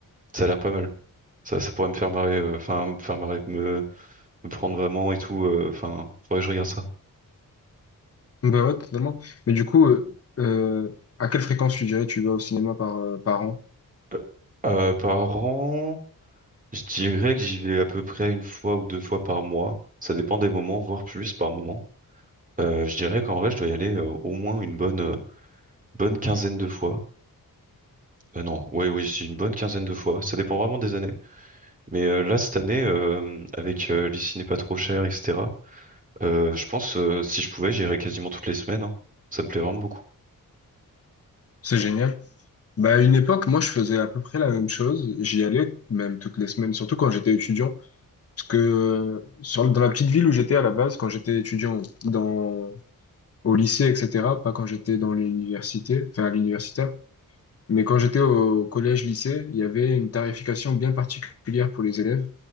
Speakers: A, on the right (about 25°); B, on the left (about 40°).
A: ça a l'air pas mal. Ça, ça pourrait me faire marrer, euh, enfin, me faire marrer, me, me prendre vraiment et tout. euh, Enfin, faudrait que je regarde ça.
B: Bah ouais, totalement. Mais du coup, euh, euh, à quelle fréquence tu dirais tu vas au cinéma par, euh, par an?
A: Euh, euh, par an, je dirais que j'y vais à peu près une fois ou deux fois par mois. Ça dépend des moments, voire plus par moment. Euh, je dirais qu'en vrai, je dois y aller euh, au moins une bonne, euh, bonne quinzaine de fois. Euh, non, oui, oui, c'est une bonne quinzaine de fois. Ça dépend vraiment des années. Mais euh, là, cette année, euh, avec euh, les ciné pas trop chers, etc., euh, je pense, euh, si je pouvais, j'irais quasiment toutes les semaines. hein. Ça me plaît vraiment beaucoup.
B: C'est génial. Bah, à une époque, moi, je faisais à peu près la même chose. J'y allais, même toutes les semaines, surtout quand j'étais étudiant. Parce que euh, sur, dans la petite ville où j'étais à la base, quand j'étais étudiant dans, au lycée, etc., pas quand j'étais dans l'université, enfin à l'universitaire, mais quand j'étais au collège-lycée, il y avait une tarification bien particulière pour les élèves.